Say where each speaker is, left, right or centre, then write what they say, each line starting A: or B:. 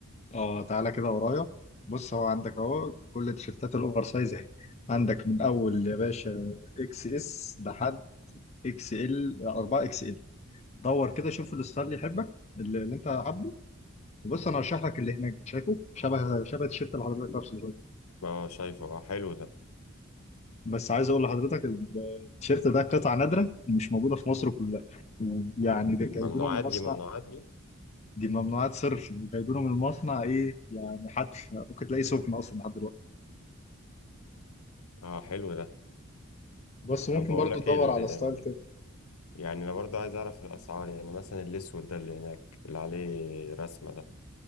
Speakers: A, on the left; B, on the left.
A: اه تعالى كده ورايا بص هو عندك اهو كل التيشيرتات الاوفر سايز اهي عندك من اول يا باشا اكس اس لحد اكس ال 4 اكس ال دور كده شوف الستايل اللي يحبك اللي اللي انت حابه بص انا هشرح لك اللي هناك ده شايفه شبه شبه التيشيرت اللي حضرتك لابسه دلوقتي
B: اه شايفه اه حلو ده
A: بس عايز اقول لحضرتك ال- التيشيرت ده قطعه نادره مش موجوده في مصر كلها ويعني ده جايبينه
B: ممنوعات
A: من المصنع
B: دي ممنوعات دي
A: دي ممنوعات صرف وجايبينه من المصنع ايه يعني حتى ممكن تلاقيه سخن اصلا لحد دلوقتي
B: اه حلو ده
A: بس ممكن
B: طب بقول
A: برضو
B: لك
A: تدور
B: ايه ال-
A: على ستايل كده
B: يعني انا برضه عايز اعرف الاسعار يعني مثلا الاسود ده اللي هناك اللي عليه رسمة ده